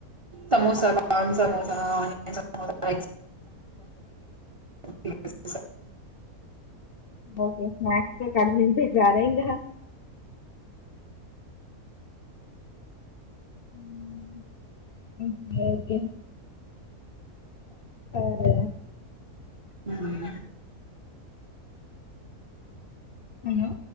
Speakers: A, on the right; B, on the left.
A: సమోస కాన్ సమోస ఆనియన్సమోసా ఏ <inaudible>
B: ఓకే స్నక్స్ కె కడుపునింపేసరా ఇంకా ఉమ్మ్ ఉహ్ ఓకే అరే
A: మ్మ్.
B: హలో